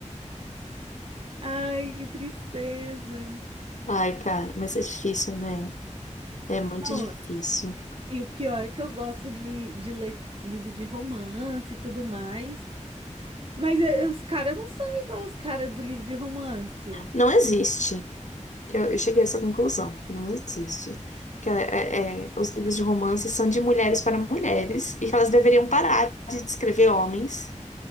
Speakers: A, on the right; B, on the left.
A: Ai, que tristeza.
B: Ai, cara, mas é difícil, né? É muito
A: Não,
B: difícil.
A: e o pior é que eu gosto de, de ler f- livro de romance e tudo mais, mas eh, os caras não são igual os caras do livro de romance.
B: Não existe. Eu, eu cheguei a essa conclusão, que não existe. Que é, é, é, os livros de romance são de mulheres para mulheres e que elas deveriam parar de descrever homens